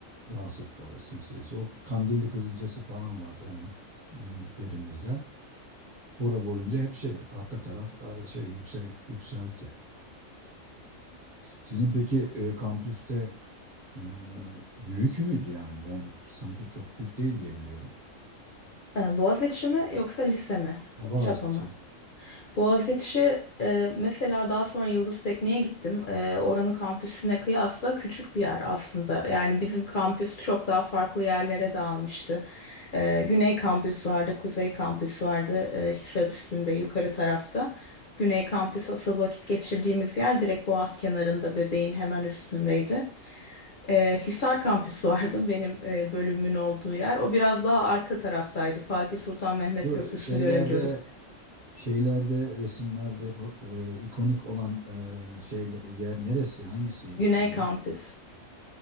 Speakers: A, on the right (about 40°); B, on the left (about 55°).
A: dağ sırtları silsilesi o Kandilli Kızıl Lisesi falan vardı hemen bizim perimizde. Ora boyunca hep şey arka taraf e, şey yüksel, yükselti. Sizin peki e, kampüste Ee, büyük müydü yani? Ben sanki çok büyük değil diye biliyorum.
B: E, Boğaziçi mi yoksa lise mi?
A: Ha, Boğaziçi.
B: Çapa mı? Boğaziçi e, mesela daha sonra Yıldız Tekniğe gittim. E, oranın kampüsüne kıyasla küçük bir yer aslında. Yani bizim kampüs çok daha farklı yerlere dağılmıştı. E, Güney kampüs vardı, Kuzey kampüs vardı, e, Hisar üstünde yukarı tarafta. Güney kampüs asıl vakit geçirdiğimiz yer direkt Boğaz kenarında Bebeğin hemen üstündeydi. E, Hisar kampüs vardı benim e, bölümümün olduğu yer. O biraz daha arka taraftaydı. Fatih Sultan Mehmet
A: Şu
B: Köprüsü'nü
A: şeylerde
B: görebiliyorduk.
A: şeylerde resimlerde po- e, ikonik olan e, şey yer neresi? Hangisi
B: Güney
A: oluyor?
B: kampüs.